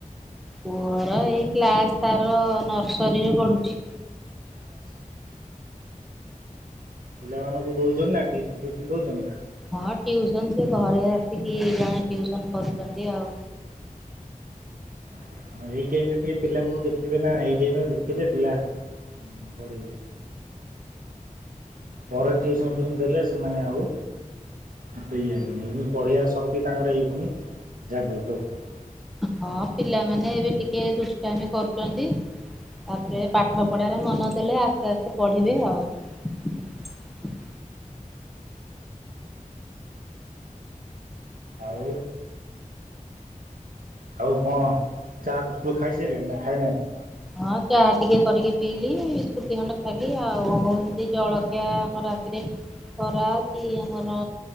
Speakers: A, in the centre; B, on the right.
A: ପୁଅର ଏଇ କ୍ଲାସ୍ ତାର ନର୍ସରୀରେ ପଢୁଛି।
B: ଆଚ୍ଛା। ପିଲାମାନଙ୍କୁ ଦଉଛନ୍ତି ନା ଟ୍ୟୁସମ ଫ୍ୟୁସନ ଦଉଛନ୍ତି ନା?
A: ହଁ ଟିଉସନ ସେ ଘରେ ଆସିକି ଜଣେ ଟ୍ୟୁସନ କରୁଛନ୍ତି ଆଉ।
B: ଆଜ୍ଞା। ହଁ ଏଇ ଟାଇମ ରେ ଟିକେ ପିଲାଙ୍କୁ ଦେଖିବେ ନା ଏଇ ଟାଇମ ରେ ଦେଖିଲେ ପିଲା ପଢିବେ ପରେ ଟିଉସନ୍ ଫିଉସନ୍ ଦେଲେ ସେମାନେ ଆଉ ଏତେ ଇଏ ହେବେନି ଏବେ ପଢ଼ିବାର ଶକ୍ତି ତାଙ୍କର ଏହିଖୁଣି ଜାଗ୍ରତ ହୁଏ।
A: ହଁ ପିଲାମାନେ ଏବେ ଟିକେ ଦୁଷ୍ଟାମି କରୁଛନ୍ତି। ତାପରେ
B: ଆଜ୍ଞା।
A: ପାଠ ପଢାରେ ମନ ଦେଲେ ଆସ୍ତେ ଆସ୍ତେ ପଢିବେ ଆଉ। <inaudible>
B: ଆଉ। ଆଉ କଣ ଚା ବିସ୍କୁଟ ଖାଇସାଇଲେଣି ନା ଖାଇନାହାନ୍ତି?
A: ହଁ ଚା ଟିକେ କରିକି ପିଇଲିି ବିସ୍କୁଟ ଦି ଖଣ୍ଡ ଖାଇଲି ଆଉ ଏମିତି ଜଳଖିଆ ଆମର ରାତିରେ ବରା କି ଆମର